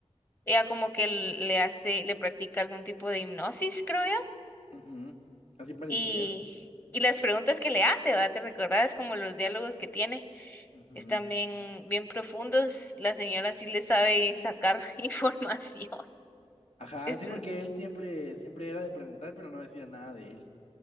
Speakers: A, on the left; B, on the left.
A: ella como que le hace, le practica algún tipo de hipnosis, creo yo,
B: Ujú, ujú. Así pareciera.
A: y, y las preguntas que le hace, ¿va? ¿Te recordás como los diálogos que tiene?
B: Ujú.
A: están bien, bien profundos. La señora sí le sabe sacar <laughs> información.
B: Ajá,
A: Esto,
B: sí, porque él siempre, siempre era de preguntar, pero no decía nada de él